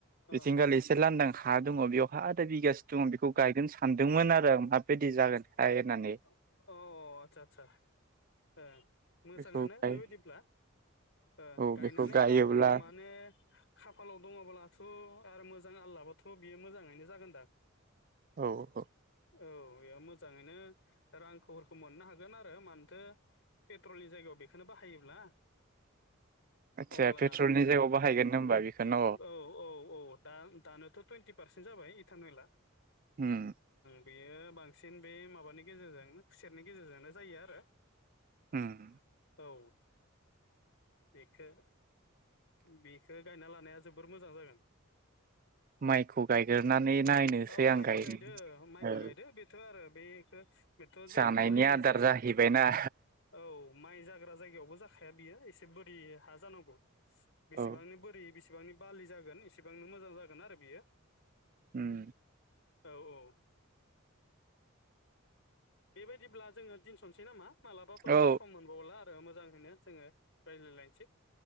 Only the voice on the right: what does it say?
बिथिंगालि एसे लांदां हा दङ बेयावहा आदा बिगासो दङ बेखौ गायगनो सानदोंमोन आरो आं माबायदि जागोन हाय होननानै
बेखौ गाय
औ
बेखौ गायोब्ला
औ औ
आदसा
पेट्रलनि जायगायाव बाहायगोन होनबा बेखौ न'
होम
होम
माइखौ गायगोरनानै नायनोसै
आं गायनो
औ
जानायनि
आदार
जाहैबायना
औ
उम
औ